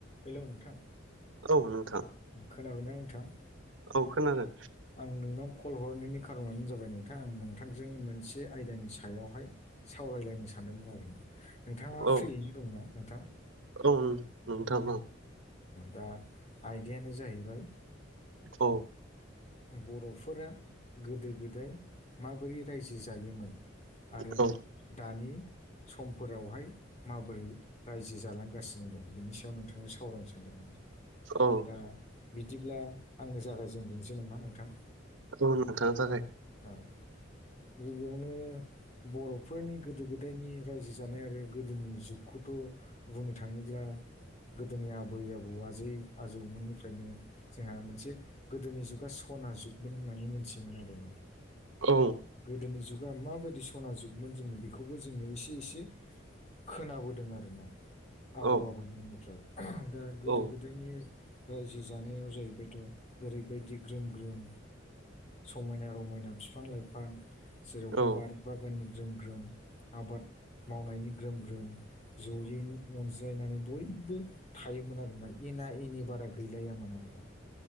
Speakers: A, on the left (about 35°); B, on the right (about 85°).
A: हेल' नोंथां।
B: औ नोंथां।
A: खोनाबायना नोंथां?
B: औ खोनादों।
A: आं नोंनाव कल हरनायनि खार'नानो जाबाय नोंथां आं नोंथांजों मोनसे आयदानि सायावहाय सावरायलायनो सानदोंमोन आरो। नोंथाङा
B: औ
A: फ्रियैनो दंना नोंथां?
B: औ नोंथां औ
A: दा आयदायानो जाहैबाय
B: औ
A: बर'फोरा गोदो -गोदाय माबोरै रायजो जायोमोन? आरो
B: औ
A: दानि सम फोरावहाय माबोरै रायजो जालांगासिनो दं? बिनि सायाव नोंथांजों सावरायनो सानदोंमोन।
B: औ
A: दा बिदिब्ला आंनो जागायजेननोसै नामा नोंथां?
B: औ नोंथां जागाय।
A: औ गिबियावनो बर'फोरनि गोदो -गोदायनि रायजो जानाय आरो गोदोनि जुगखौथ' बुंनो थाङोब्ला गोदोनि <unintelligible> आबै -आबौ आजै आजौमोननिफ्रायनो जोंहा मोनसे गोदोनि जुगा सना जुग होननानै मिथियोमोन आरोना
B: औ
A: गोदोनि जुग जुगा माबायदि सना जुगमोन जोङो बेखौबो जोंनो एसे -एसे खोनाबोदों आरोना। आबौ
B: औ
A: -आबैमोननिफ्राय दा गोदो-
B: औ
A: गोदायनि रायजो जानायाव जाहैबायथ' ओरैबायदि ग्रोम ग्रोम समायना -रमायना बिफां- लाइफां जेरावबो
B: औ
A: बारि बागाननि ग्रोम- ग्रोम आबाद मावनायनि ग्रोम -ग्रोम। जयैनो अनज्लायनानै बयबो थायोमोन आरोना एना- एनि बारा गैलायामोन आरोना।